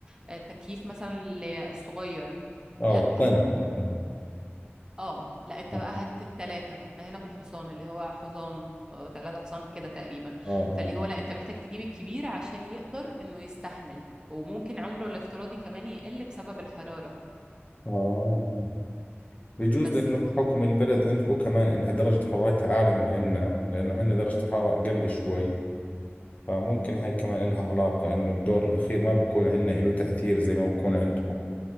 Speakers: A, on the right; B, on the left.
A: آه، تكييف مثلا الصغير
B: اه
A: لا
B: تن مثلا
A: اه لا انت
B: اه
A: بقى هات التلاتة احنا هنا بالحصان اللي هو حصان آه، تلاتة حصان كده تقريبا
B: اه اه
A: فاللي هو لا انت محتاج تجيب الكبير عشان يقدر انه يستحمل وممكن عمره الافتراضي كمان يقل بسبب الحرارة
B: اه بجوز
A: بس
B: لأنه
A: فن
B: بحكم البلد عندكم كمان إنها درجة حرارتها أعلى من عنا لأنه عنا درجة حرارة أقل شوي فممكن هاي كمان إلها علاقة إنه الدور الأخير ما بكون عندنا إله تأثير زي ما بكون عندكم